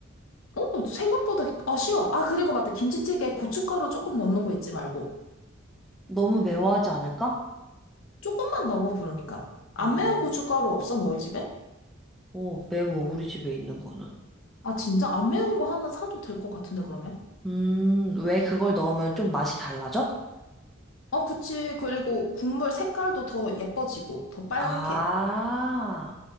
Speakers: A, on the left; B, in the centre.
A: 어, 생각보다 아쉬워. 아, 그리고 맞다. 김치찌개에 고춧가루 조금 넣는 거 잊지 말고.
B: 너무 매워하지 않을까?
A: 조금만 넣어, 그러니까. 안
B: 아,
A: 매운 고춧가루 없어, 너희 집에?
B: 오, 매워, 우리 집에 있는 거는.
A: 아, 진짜? 안 매운 거 하나 사도 될 것 같은데, 그러면?
B: 음, 왜 그걸 넣으면 좀 맛이 달라져?
A: 어, 그치. 그리고 국물 색깔도 더 예뻐지고, 더 빨갛게.
B: 아,